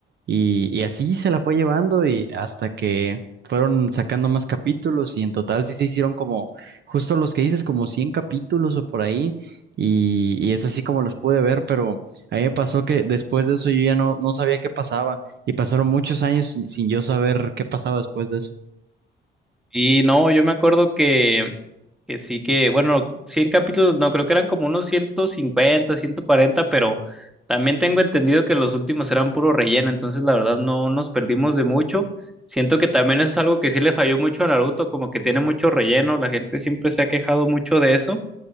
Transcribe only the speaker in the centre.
Y no, yo me acuerdo que, que sí que, bueno, 100 capítulos, no, creo que eran como unos ciento cincuenta ciento cuarenta pero también tengo entendido que los últimos eran puro relleno. Entonces, la verdad, no nos perdimos de mucho. Siento que también eso es algo que sí le falló mucho a Naruto, como que tiene mucho relleno. La gente siempre se ha quejado mucho de eso.